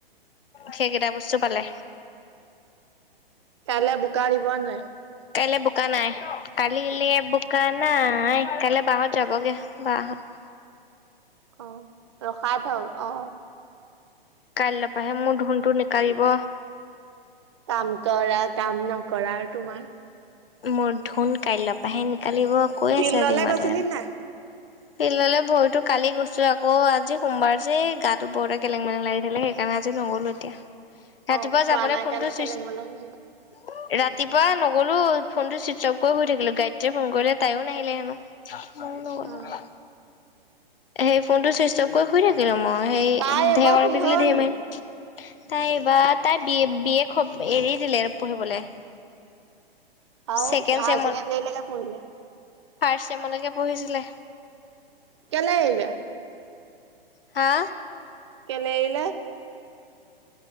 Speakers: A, on the left; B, on the right.
A: সেইকেইটা বস্তু পালে।
B: কাইলৈ বোকা দিব নে নাই?
A: কাইলৈ বোকা নাই, কালিলে বোকা নাই কাইলৈ বা হঁত যাবগে বা হঁত। <inaudible>
B: অ', ৰখাই থ' অ'।
A: কাইলৈৰ পৰাহে মোৰ ধুনটো নোকাৰিব।
B: কাম কৰা কাম নকৰা আৰু তোমাৰ।
A: মোৰ ধুন কাইলৈৰ পৰাহে নোকালিব কৈ
B: ফিল্ডলে
A: আছে আজি মাদাৰে।
B: গৈছিলি নাই?
A: ফিলডলে ভৰিতো কালি গৈছো আকৌ আজি সোমবাৰ যে গাটো বৰকে কেলেং মেলেং লাগি থাকে স আজি নগ'লো এতিয়া। ৰাতিপুৱা
B: অ খোৱা
A: যাবলৈ
B: নাই
A: ফোনটো
B: কাৰণে
A: চুইচট
B: কেলেং মেলেং হ'ল।
A: ৰাতিপুৱা নগ'লো ফোনটো চুইচ অফ কৰি শুই থাকিলো। গাইত্ৰীয়ে ফোন কৰিলে তাইও নাহিলে হেনো। মইয়ো
B: অ
A: নগ'লো। সেই ফোনটো চুইচ অফ কৰি শুই থাকিলো মই। সেই
B: তাই এইবাৰ
A: ধেৰেকণি
B: কিহৰনো
A: বিজুলী ধে মাৰ তাই এইবাৰ তাই বি-বি খব এৰি দিলে পঢ়িবলৈ।
B: আৰু
A: ছেকেণ্ড
B: হায়াৰ
A: চেমত
B: চেকেণ্ডেৰি লৈকে পঢ়িলে।
A: ফাৰ্ষ্ট চেমলৈকে পঢ়িছিলে।
B: কেলে এৰিলে?
A: হা?
B: কেলে এৰিলে?